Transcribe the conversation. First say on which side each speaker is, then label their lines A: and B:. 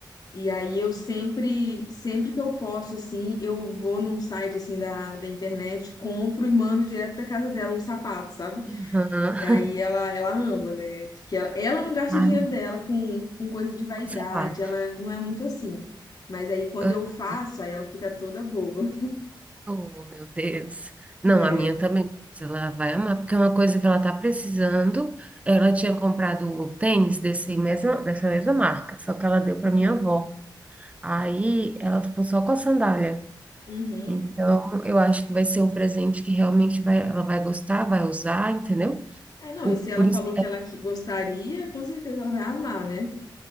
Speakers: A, on the left (about 50°); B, on the right (about 15°).
A: E aí eu sempre, sempre que eu posso, assim, eu vou num site, assim, da, da internet, compro e mando direto pra casa dela um sapato, sabe?
B: Aham.
A: E aí
B: <laughs>
A: ela, ela ama, né? que ela, ela não gasta
B: Ah,
A: o dinheiro dela com, com coisa de vaidade,
B: Conservado.
A: ela não é muito assim. Mas aí quando
B: Ah,
A: eu faço, aí ela fica toda boba.
B: Oh, meu Deus.
A: <laughs>
B: Não,
A: É.
B: a minha também, mas ela vai amar, porque é uma coisa que ela tá precisando. Ela tinha comprado um tênis desse mesma, dessa mesma marca, só que ela deu para
A: Uhum.
B: minha avó. Aí ela ficou só com a sandália.
A: Uhum.
B: Então, eu acho que vai ser um presente que realmente vai, ela vai gostar, vai usar, entendeu?
A: É, não,
B: O,
A: e se
B: por
A: ela falou
B: isso,
A: que ela que- gostaria, com certeza ela vai amar, né?